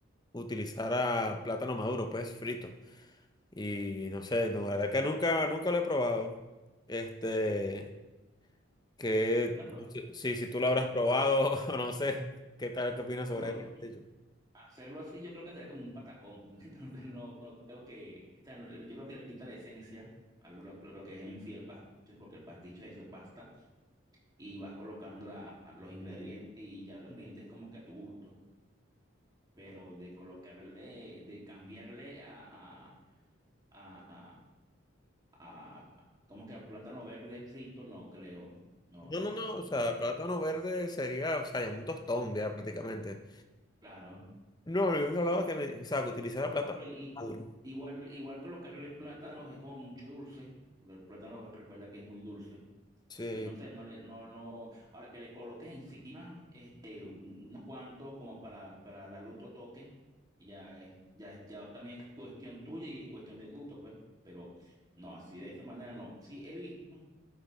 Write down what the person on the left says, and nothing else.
utilizara plátano maduro, pues frito. Y no sé, no, la verdad que nunca, nunca lo he probado. Este, que
si, si tú lo
habrás probado, <laughs> o no sé, ¿qué tal, qué opinas
sobre ello?
No,
no, no,
o sea,
plátano verde sería, o sea, un tostón ya prácticamente.
No, yo no hablaba que, me- o sea, que utilizara plátano
maduro.
Sí,